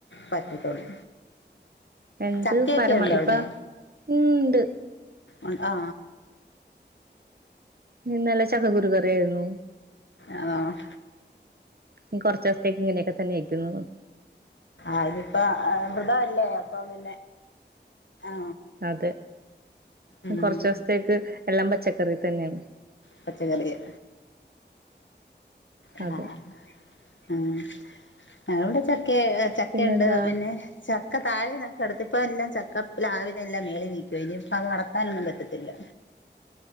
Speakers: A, on the left (about 80°); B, on the right (about 55°).
A: പറ്റത്തൊള്ളു
B: എന്ത്
A: ചക്കയൊക്കെ
B: പരമ
A: ഉണ്ടോ
B: ഇപ്പ
A: അവിടെ
B: ഉം ഉണ്ട്
A: ഉൺ ആ ആ
B: ഇന്നലെ ചക്കകുരു കറിയായിരുന്നു
A: ആഹ്
B: ഇനി കൊറച്ച് ദിവസത്തേക്ക് ഇങ്ങനെ ഒക്കെ തന്നെയിരിക്കും തോന്നുന്നു
A: ആഹ് ഇതിപ്പ വൃതം അല്ലേ അപ്പൊ പിന്നെ ആ
B: അതെ
A: ഉം
B: കുറച്ച് ദിവസത്തേക്ക് എല്ലാം പച്ച ക്കറി തന്നെയാണ്
A: പച്ചക്കറിയാ ആഹ്
B: അതെ
A: ഉം ഞാൻ ഇവടെ ച ക്കെ ചക്ക
B: പിന്നെന്താ
A: ഉണ്ട് പിന്നെ ചക്ക താഴെ ഞാൻ കടത്തി ഇപ്പ എല്ലാം ചക്ക പ്ലാവിനെല്ലാം മേലിൽ നിക്കുവാ ഇനി ഇപ്പ അത് വളർത്താൻ ഒന്നും പത്തറ്റില്ല